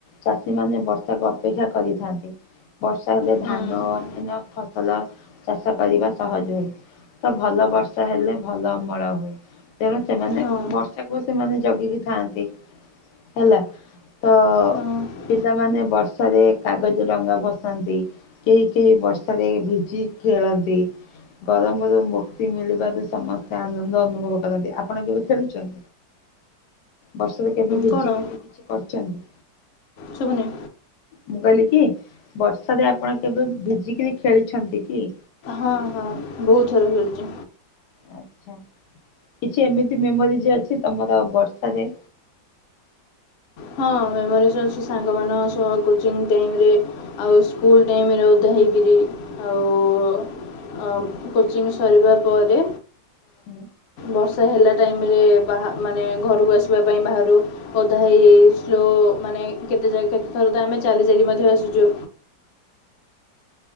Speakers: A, on the left (about 70°); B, on the left (about 85°).
A: ଚାଷୀ ମାନେ ବର୍ଷାକୁ ଅପେକ୍ଷା କରିଥାନ୍ତି ବର୍ଷା ହେଲେ
B: ହଁ
A: ଧାନ ଓ ଅନ୍ୟାନ୍ୟ ଫ ଭଲ ଚାଷ କରିବା ସହଜ ହୁଏ ତ ଭଲ ବର୍ଷା ହେଲେ ଭଲ ଅମଳ ହୁଏ। ତେଣୁ ସେମାନେ
B: ହଁ
A: ବର୍ଷାକୁ ସେମାନେ ଜଗିକି ଥାଆନ୍ତି ହେଲା। ତ
B: ହଁ
A: ପିଲାମାନେ ବର୍ଷାରେ କାଗଜ ଡଙ୍ଗା ଭସାନ୍ତି। କେହି କେହି ବର୍ଷାରେ ଭିଜି ଖେଳନ୍ତି। ଗରମରୁ ମୁକ୍ତି ମିଳିବାରୁ ସମସ୍ତେ ଆନନ୍ଦ ଅନୁଭବ କରନ୍ତି, ଆପଣ କେବେ ଖେଳୁଛନ୍ତି? ବର୍ଷାରେ କେବେ ଭିଜିକିରି
B: କ'ଣ
A: କିଛି କରିଛନ୍ତି?
B: ଶୁଭୁନି
A: ମୁଁ କହିଲି କି ବର୍ଷାରେ ଆପଣ କେବେ ଭିଜିକିରି ଖେଳିଛନ୍ତି କି?
B: ହଁ ହଁ ବହୁତ ଥର ଖେଳିଛି।
A: ଆଛା, କିଛି ଏମିତି ମେମୋରିଜ ଅଛି ତମର ବର୍ଷାରେ?
B: ହଁ ମେମୋରିଜ ଅଛି ସାଙ୍ଗମାନଙ୍କ ସହ କୋଚିଂ ଟାଇମରେ ଆଉ ସ୍କୁଲ ଟାଇମ ରେ ଓଦା ହେଇକିରି ଆଉ କୋଚିଂ ସରିବା ପରେ
A: ହୁଁ,
B: ବର୍ଷା ହେଲା ଟାଇମରେ ବା ମାନେ ଘରକୁ ଆସିବା ପାଇଁ ବାହାରୁ ଅଧା ହେ ଭାଇ ସ୍ଲୋ ମାନେ କେତେ ଯାଗ କେତେଥର ତ ଆମେ ଚାଲି ଚାଲି ମଧ୍ୟ ଆସୁଛୁ